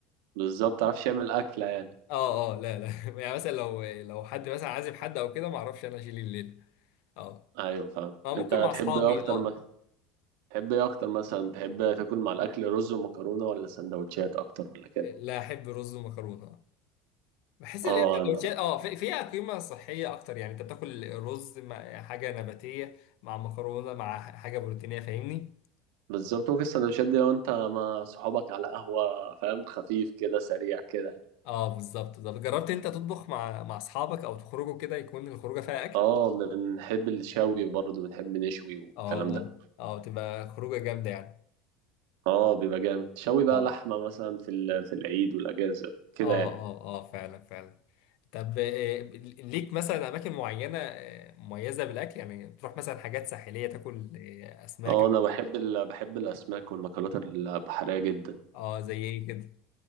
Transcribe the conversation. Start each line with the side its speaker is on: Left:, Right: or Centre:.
Right: بالظبط متعرفش تعمل اكله يعني
Left: اه اه لا لا <laughs> يعني مثلا لو لو حد مثلا عازم حد او كده ما اعرفش انا اشيل الليله اه
Right: ايوه فاهم
Left: فممكن
Right: انت
Left: مع اصحابي
Right: تحب ايه اكتر
Left: اه
Right: ما تحب ايه اكتر مثلا تحب تاكل مع الاكل رز ومكرونه ولا سندوتشات اكتر ولا كده
Left: لا احب رز ومكرونه بحس
Right: اه
Left: ان هي سندوتشات
Right: انا
Left: اه في- فيها قيمه صحيه اكتر يعني انت بتاكل رز مع حاجه نباتيه مع مكرونه مع حاجه بروتينيه فاهمني
Right: بالظبط ممكن السندوتشات دي لو انت مع صحابك على قهوة فاهم خفيف كده سريع كده يعني
Left: اه بالظبط طب جربت انت تطبخ مع مع اصحابك او تخرجوا كده يكون الخروجه فيها اكل
Right: اه بنحب الشوي برضه بنحب نشوي والكلام
Left: اه
Right: ده
Left: اه آه، تبقى خروجه جامده يعني
Right: اه بيبقى جامد شوي بقى
Left: اه
Right: لحمة مثلا في ال- في العيد والأجازة كده
Left: اه
Right: يعني
Left: اه اه فعلا فعلا طب آه، ليك مثلا اماكن معينه آه، مميزه بالاكل يعني بتروح مثلا حاجات ساحليه تاكل آه، اسماك
Right: اه انا بحب ال... بحب الأسماك والمأكولات البحرية جدا
Left: اه زي ايه كده